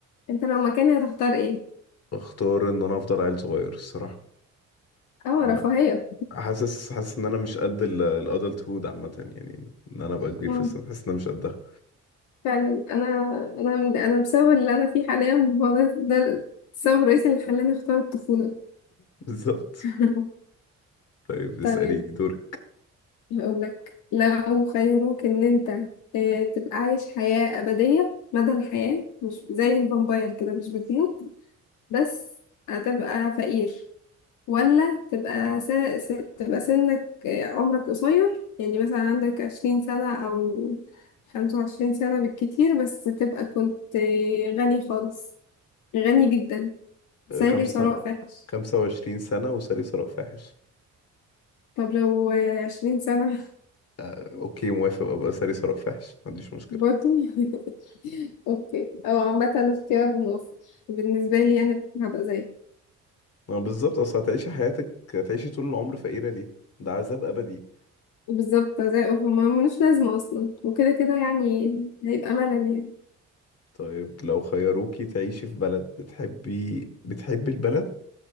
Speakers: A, on the left; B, on the left.
A: أنت لو مكاني هتختار إيه؟
B: اختار ان انا افضل عيل صغير الصراحه
A: اه
B: انا
A: رفاهية
B: حاسس حاسس ان انا مش قد الادلت هود عامه يعني ان انا ابقى كبير
A: <laughs>
B: في السن حاسس ان انا مش قدها
A: فعلا انا انا انا بسبب اللي انا فيه حاليا هو ده ده السبب الرئيسي اللي خلاني اختار الطفولة
B: <laughs> بالظبط
A: <laughs>
B: طيب اساليني
A: طيب
B: دوري
A: هقول لك لو خيروك ان انت آه، تبقى عايش حياة أبدية مدى الحياة مش زي الفامباير كده مش بتموت بس هتبقى فقير ولا تبقى س... س... تبقى سنك آه، عمرك قصير يعني مثلا عندك عشرين سنة أو خمسة وعشرين سنة بالكتير بس تبقى كنت آه، غني خالص غني جدا سيري
B: أه، خمسة
A: ثراء فاحش
B: خمسة وعشرين سنة وساري ثراء فاحش
A: طب لو عشرين سنة
B: أه، اوكي موافق ابقى ساري ثراء فاحش ما عنديش مشكلة
A: برضه <laughs> اوكي او عامة اختيار موفق بالنسبة لي يعني كنت هبقى زي
B: ما بالظبط اصل هتعيشي حياتك هتعيشي طول العمر فقيرة ليه ده عذاب ابدي
A: بالظبط زي اوف ما ملوش لازمة اصلا وكده كده يعني هيبقى ملل يعني
B: طيب لو خيروكي تعيشي في بلد بتحبي بتحبي البلد